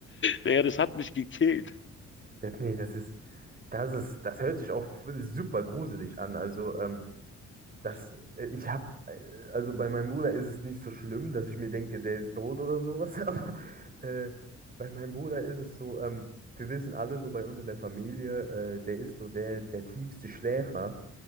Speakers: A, on the left (about 40°); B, on the right (about 30°).
A: Ja, das hat mich gekillt.
B: Ja, nee, das ist, das ist, das hört sich auch super gruselig an. Also, ähm, das, äh, ich habe, also bei meinem Bruder ist es nicht so schlimm, dass ich mir denke, der ist tot oder sowas, <laughs> aber äh, bei meinem Bruder ist es so, ähm, wir wissen alle so bei uns in der Familie, äh, der ist so der, der tiefste Schläfer.